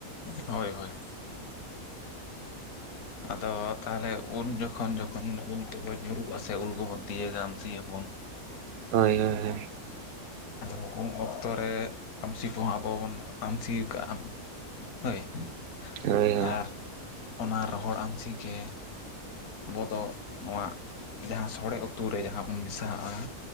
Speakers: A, on the left (about 75°); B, on the right (about 75°).
A: ᱦᱳᱭ ᱦᱳᱭ ᱾ ᱟᱫᱚ ᱛᱟᱦᱞᱮ ᱩᱱ ᱡᱚᱠᱷᱚᱱ, ᱡᱚᱠᱷᱚᱱ ᱩᱞ ᱠᱚ ᱵᱚᱱ ᱧᱩᱨᱩᱜᱼᱟ ᱥᱮ ᱩᱞ ᱠᱚᱵᱚᱱ ᱛᱤᱭᱟᱹᱜᱟ ᱟᱢᱥᱤ ᱭᱟᱵᱚᱱ᱾
B: ᱦᱳᱭ ᱦᱳᱭ ᱦᱳᱭ᱾
A: ᱟᱫᱚ ᱩᱱ ᱚᱠᱛᱚ ᱨᱮ ᱟᱹᱢᱥᱤ ᱠᱚᱦᱚᱸ ᱟᱵᱚ ᱵᱚᱱ ᱟᱹᱢᱥᱤ ᱠᱟᱜᱼᱟ ᱾ ᱦᱳᱭ ᱾
B: ᱦᱳᱭ
A: ᱟᱨ ᱚᱱᱟ ᱨᱚᱦᱚᱲ ᱟᱹᱢᱥᱤ ᱜᱮ ᱟᱵᱚ ᱫᱚᱼᱼ ᱱᱚᱣᱟ ᱡᱟᱦᱟᱸ ᱥᱳᱲᱮ ᱩᱛᱩ ᱨᱮ ᱡᱟᱦᱟᱸ ᱵᱚᱱ ᱢᱮᱥᱟ ᱦᱟᱜᱼᱟᱼᱼ